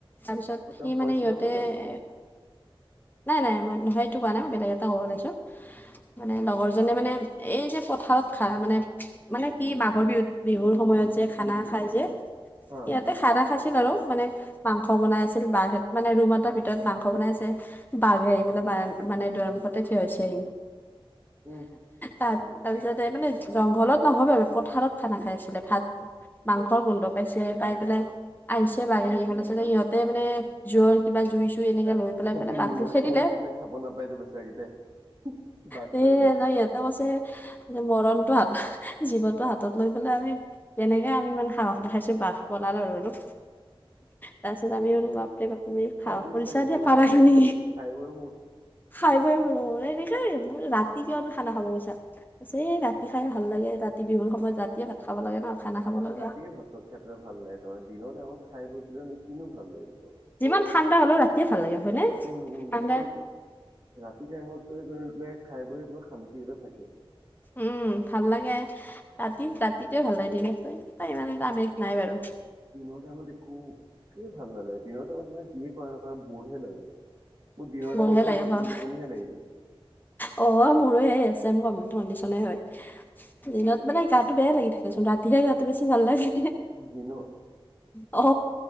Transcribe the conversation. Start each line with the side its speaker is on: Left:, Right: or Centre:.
Left: তাৰ পিছত
Right: অ তেওঁ
Left: সি
Right: ফৰেষ্ট
Left: মানে সিহঁতে
Right: ডিপাৰ্টমেণ্টৰ
Left: এ
Right: আছিল নেকি
Left: নাই নাই মই নহয় এইটো কোৱা নাই, বেলেগ এটা কব লাইছো। মানে লগৰজনে মানে এই যে পথাৰত খাৰ মানে মানে কি মাঘৰ বিহু বিহুৰ সময়ত যে খানা খাই যে
Right: হা
Left: ইয়াতে খানা খাইছিল আৰু মানে মাংস বনাই আছিল, বাঘ মানে ৰুম এটাৰ ভিতৰত মাংস বনাই আছে বাঘ আহি বোলে বা মানে দৰ্মুখতে থিও হৈছেহি।
Right: উম
Left: তাৰপিছতে
Right: উম
Left: মানে জংঘলত নহয় আৰু পথাৰত খানা খাই আছিলে। ভাত মাংসৰ গোন্ধ পাইছে পাই পেলাই আহিছে বাৰু সেই <unintelligible> সিহঁতে মানে জুইৰ কিবা জুই-চুই এনেকে লৈ পেলাই
Right: সিহঁতে
Left: পেলাই বাঘটো
Right: নিমখ-চিমখ
Left: খেদিলে
Right: দি পাই খাব নাপায় তো বেছেগেইটাই। বাঘ
Left: তে
Right: চাগতো
Left: সিহঁতে কৈছে মৰণটো হাত, জীৱনটো হাতত লৈ পেলাই আমি তেনেকে আমি ইমান সাহস দেখাইছো বাঘ পলালো আৰু তাৰ তাৰপিছত আমি কেতিয়াবা তুমি
Right: ভাবি
Left: সাহস কৰিছা
Right: চাগে
Left: দিয়া
Right: মৰিলে
Left: পাৰাখিনি
Right: মৰিম আৰু খাই বৈ মোৰ
Left: খাই বই মানো এনেকে মোৰ ৰাতি কিয় খানা খাব গৈ? ছে ৰাতি খাই ভাল লাগে, ৰাতি বিহুৰ সময়ত ৰাতিয়ে ভাত খাব লাগে খানা ন। খাব
Right: অ
Left: লাগে
Right: ৰাতিয়ে ভাত-চাত খাই পেলাই ভাল লাগে তাৰমানে দিনৰ টাইমত খাই বৈ পিনে কিনো ভাল লাগিব তাৰ।
Left: যিমান ঠাণ্ডা হ'লেও ৰাতিয়ে ভাল লাগে হয়নে?
Right: উম উম
Left: ঠাণ্ডা
Right: অ তো ৰাতি টাইমত গৈ পেলাই খাই বৈ বৰ শান্তি এটা থাকে।
Left: উম ভাল লাগে ৰাতি ৰাতিটয়ে ভাল লাগে দ ইমান এটা আমেষ নাই বাৰু।
Right: দিনৰ টাইমত একো একেই ভাল নালাগে দিনৰ টাইমত তোমাৰ যিয়ে কৰা নকৰা বৰহে লাগে মোৰ দিনৰ
Left: বৰহে
Right: টাইমত চুন
Left: লাগে
Right: টোপন
Left: হয়।
Right: টোপনি হে লাগি থাকে।
Left: অ মোৰো সেই আছে কম ধণ্ডিশনে হয়। দিনত মানে গাটো বেয়া লাগি থাকেচোন ৰাতিহে গাটো বেছি ভাল লাগে।
Right: দিনত
Left: অ।